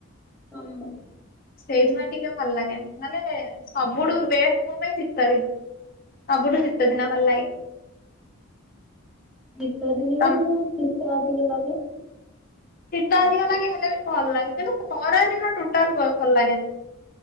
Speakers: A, in the centre; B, on the left (about 40°).
A: ହଁ।
B: ସେଇଥି ପାଇଁ ଟିକେ ଭଲ ଲାଗେନି ମାନେ ସବୁଠୁ ବେଷ୍ଟ ମୋ ପାଇଁ ଶୀତ ଦିନ। ସବୁଠୁ ଶୀତ ଦିନ ଭଲ ଲାଗେ।
A: ଶୀତ ଦିନେ
B: ତମ
A: ବି ଶୀତ ଆଧିକଲାଗେ।
B: ଶୀତ ଅଧିକ ଲାଗେ ହେଲେ ବି ଭଲ ଲାଗେ କିନ୍ତୁ ଖରା ଦିନ ଟୋଟାଲ ଭଲ ଲାଗେନି।